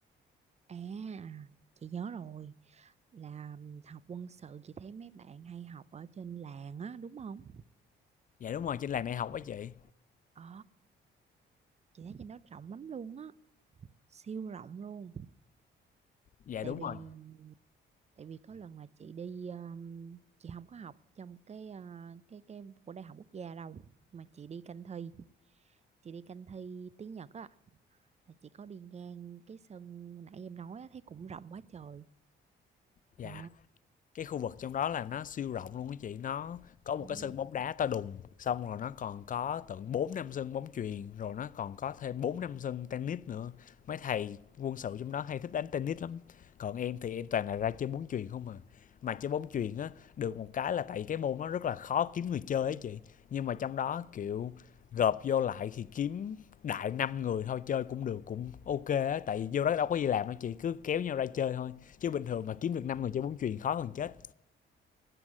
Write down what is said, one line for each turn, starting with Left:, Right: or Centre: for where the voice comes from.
Right: à chị nhớ rồi là học quân sự chị thấy mấy bạn hay học ở trên làng á đúng không?
Left: dạ đúng rồi trên làng đại học á chị
Right: Ờ chị thấy trên đó rộng lắm luôn á siêu rộng luôn
Left: dạ
Right: tại
Left: đúng
Right: vì
Left: rồi
Right: tại vì có lần là chị đi um, chị không có học trong cái uh, cái cái của đại học quốc gia đâu mà chị đi canh thi chị đi canh thi tiếng Nhật á là chị có đi ngang cái sân nãy em nói á, thấy cũng rộng quá trời
Left: dạ
Right: ờ
Left: cái khu vực trong đó là nó siêu rộng luôn á chị nó có một cái
Right: Ừ.
Left: sân bóng đá to đùng xong rồi nó còn có tận bốn năm sân bóng chuyền rồi nó còn có thêm bốn năm sân tennis nữa mấy thầy quân sự trong đó hay thích đánh tennis lắm còn em thì em toàn là ra chơi bóng chuyền không à mà chơi bóng chuyền á được một cái là tại cái môn nó rất là khó kiếm người chơi ấy chị nhưng mà trong đó kiểu gộp vô lại thì kiếm đại năm người thôi chơi cũng được cũng ok á tại vì vô đó đâu có gì làm đâu chị cứ kéo nhau ra chơi thôi chứ bình thường mà kiếm được 5 người chơi bóng chuyền khó hơn chết